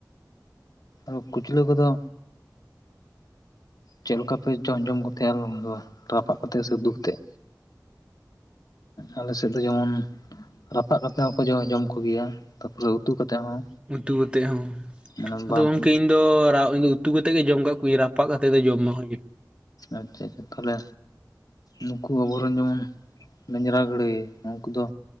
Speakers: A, on the left (about 60°); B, on the right (about 15°).
A: ᱟᱨ ᱠᱩᱪᱞᱟᱹ ᱠᱚᱫᱚ ᱪᱮᱫ ᱞᱮᱠᱟ ᱯᱮ ᱡᱚᱢ ᱡᱚᱢ ᱠᱚ ᱛᱟᱦᱮᱫ ᱟᱨ ᱨᱟᱯᱟᱜ ᱠᱟᱛᱮ ᱥᱮ ᱩᱛᱩ ᱠᱟᱛᱮᱜ? ᱟᱞᱮ ᱥᱮᱫ ᱫᱚ ᱡᱮᱢᱚᱱ ᱨᱟᱯᱟᱜ ᱠᱟᱛᱮ ᱦᱚᱸᱠᱚ ᱡᱚᱢ ᱠᱚ ᱜᱮᱭᱟ ᱛᱟᱯᱚᱨᱮ ᱩᱛᱩ ᱠᱟᱛᱮ ᱦᱚᱸ
B: ᱩᱛᱩ ᱠᱟᱛᱮᱫ ᱦᱚᱸ
A: ᱢᱟᱱᱮ
B: ᱟᱫᱚ
A: ᱵᱟᱦ
B: ᱜᱚᱝᱠᱮ ᱤᱧ ᱫᱚ ᱨᱟ ᱩᱛᱩ ᱠᱟᱛᱮᱫ ᱜᱮ ᱡᱚᱢ ᱠᱟᱜ ᱠᱩᱣᱟᱹᱧ ᱨᱟᱯᱟᱜ ᱠᱟ ᱠᱟᱛᱮᱫ ᱫᱚ ᱡᱚᱢ ᱵᱟᱝ ᱦᱩᱭᱩᱜᱼᱟ
A: ᱟᱪᱪᱷᱟ ᱟᱪᱪᱷᱟ ᱛᱟᱦᱚᱞᱮ ᱱᱩᱠᱩ ᱟᱵᱚᱨᱮᱱ ᱡᱮᱢᱚᱱ ᱞᱮᱸᱡᱽᱨᱟ ᱜᱟᱹᱲᱟᱹᱭ ᱩᱱᱠᱩ ᱫᱚ